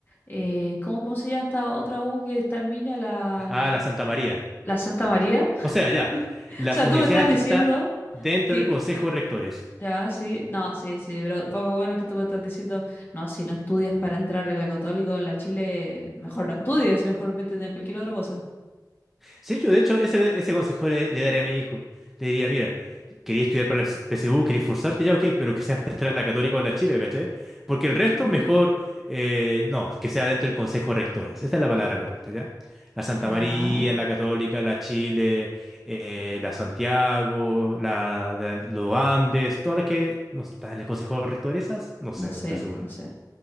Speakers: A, on the left; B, in the centre.
A: eh, ¿cómo, cómo se llama esta otra U que está en Viña? La,
B: a la Santa María.
A: la Santa María. <laughs>
B: O sea, ya,
A: O
B: las
A: sea,
B: universidades
A: tú me estás diciendo
B: que están dentro
A: que,
B: del Consejo
A: que-
B: de Rectores.
A: Ya, sí. No, sí, sí, pero poco bueno que tú me estás diciendo. No, si no estudias para entrar en la Católica o en la Chile, mejor no estudies, mejor métete en cualquier otra cosa.
B: Sí, yo de hecho ese, ese consejo le, le daría a mi hijo. Le diría, mira, quería estudiar para la PSU, quería esforzarte, ya ok, pero que sea para entrar a la Católica o a la Chile, ¿cachai? Porque el resto
A: Ujú.
B: mejor, eh, no, que sea dentro del Consejo de Rectores. Esa es la palabra correcta, ¿ya? La Santa
A: Ya,
B: María, la Católica, la Chile, eh, la Santiago, la de los Andes, todas las que no están en el Consejo de Rectores, esas, no sé,
A: no sé,
B: no estoy seguro.
A: no sé.